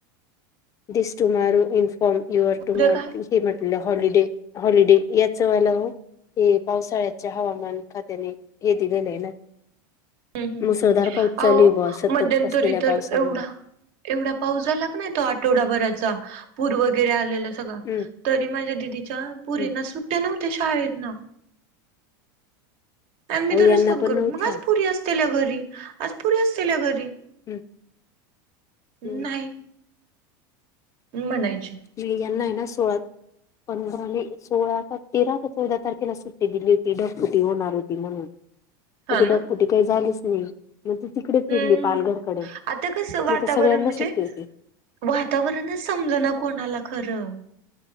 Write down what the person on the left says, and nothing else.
दिस टुमारो इन्फॉर्म युअर टुमार
हे म्हटलं हॉलिडे-हॉलिडे याचं वाला हो. हे पावसाळ्याच्या हवामान खात्याने हे दिलेले आहे.
मुसळधार पाऊस चालू
आहे बा सतत
असलेल्या
पावसामुळे
हम्म
हम्म
अहो
यांना
पण
नव्हत्या
हम्म
हम्म
<unintelligible> आहे ना सोळा पंधराने, सोळा, तेरा, चौदा तारखेला सुट्टी दिली होती. ढपफुटी होणार होती म्हणून
पण ती
धग फुटी काय झालीच नाई. मग ती तिकडे
फिरली पालघरकडे,
मग तर सगळ्यांना
सुट्टी होती.